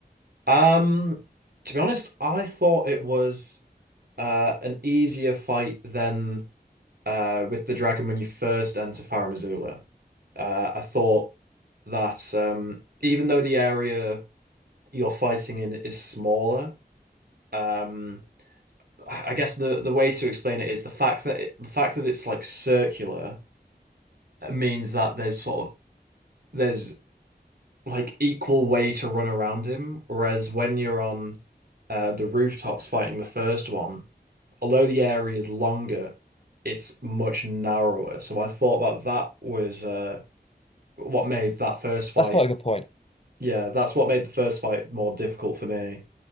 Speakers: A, on the right; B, on the left.
A: Um, to be honest, I thought it was uh an easier fight than. uh, with the dragon when you first enter Farah Missoula. Uh, I thought that um, even though the area you're fighting in is smaller, um, I guess the, the way to explain it is the fact that it, the fact that it's like circular uh, means that there's sort of there's like equal way to run around him, whereas when you're on uh, the rooftops fighting the first one, although the area is longer, it's much narrower. So I thought that that was uh, what made that first fight,
B: That's quite a good point.
A: yeah, that's what made the first fight more difficult for me.